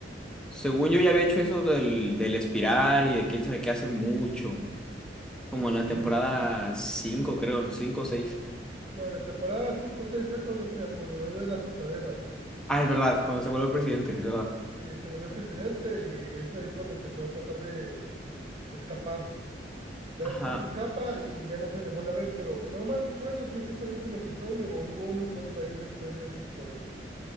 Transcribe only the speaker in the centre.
Según yo ya había hecho eso del, del espiral y de quién sabe qué hace mucho. Como en la temporada
5 creo, 5 o 6.
Ah, es verdad, cuando se vuelve presidente, es verdad.
Ajá.